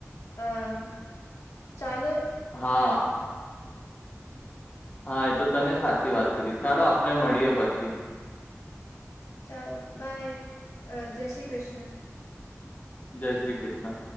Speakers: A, on the left; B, on the left.
A: અહ સા
B: હા. હા એ તો તને સાચી વાત કરી. ચાલો આપણે મળીએ પછી.
A: ચાલો બાય જય શ્રી કૃષ્ણ.
B: જય શ્રી કૃષ્ણ.